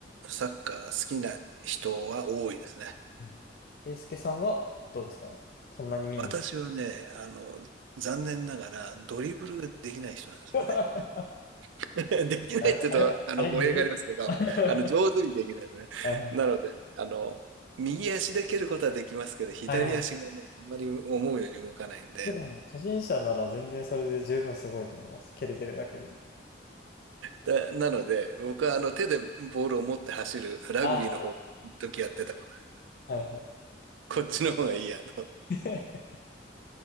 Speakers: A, on the right; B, on the left.
A: サッカー好きな人は多いですね。
B: うんケイス介さんはどうですかそんなに見に行く
A: 私はね、あの、残念ながらドリブルができない人なんですよね。
B: <laughs>
A: <laughs> できないって言うと、
B: あれ、あれ、
A: あの、
B: あれ、
A: 語弊がありますけど、
B: むずい <laughs>
A: あの、上手にできないですね。
B: はいはい。
A: なので、あの、右足で蹴ることはできますけど、左足がもうあんまり思うように動かないんで、
B: はいはいで、でも、初心者なら全然それで十分すごいと思います。蹴れてるだけで。
A: だ、なので、僕はあの、手でボールを持って走るラグビーの方、
B: あ
A: 一時やってたことある、
B: はいはい。
A: こっちの方がいいやと。
B: <laughs>